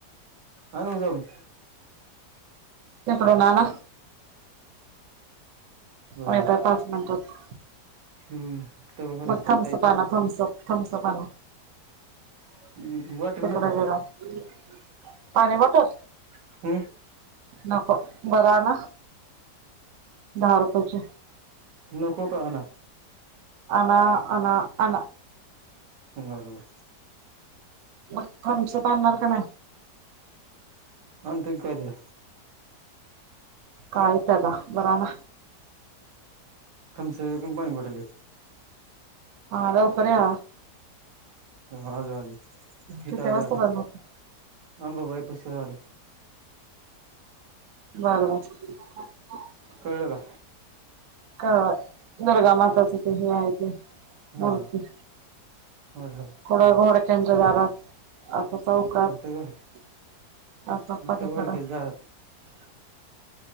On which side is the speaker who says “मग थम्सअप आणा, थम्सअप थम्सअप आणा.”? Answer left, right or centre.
Right